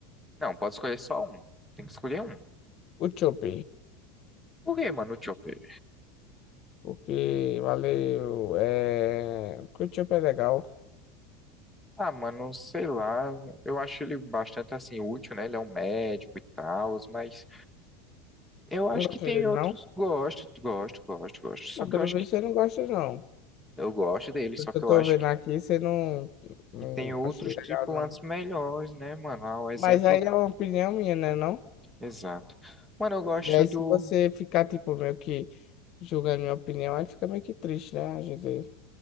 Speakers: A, in the centre; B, on the left.
A: Não, pode escolher só um. Tem que escolher um.
B: o Chop.
A: Por que, mano, o Chopper?
B: Porque valeu. É. Porque o Chop é legal.
A: Ah, mano, sei lá. Eu acho ele bastante, assim, útil, né? Ele é um médico e tal, mas eu acho
B: Não gosto
A: que tem
B: dele,
A: outros.
B: não?
A: Gosto, gosto, gosto, gosto. Só
B: Não,
A: que
B: pelo
A: eu acho
B: visto
A: que.
B: você não gosta, não.
A: Eu gosto dele,
B: Pelo
A: só
B: que
A: que
B: eu
A: eu
B: tô
A: acho
B: vendo
A: que,
B: aqui, você não, não
A: que tem outros
B: acha legal,
A: tripulantes
B: não.
A: melhores, né, mano? Ah, O exemplo
B: Mas aí é uma opinião minha, né, não?
A: Exato. Mano, eu gosto
B: E aí
A: do.
B: se você ficar, tipo, meio que julgando minha opinião, aí fica meio que triste, né? A gente...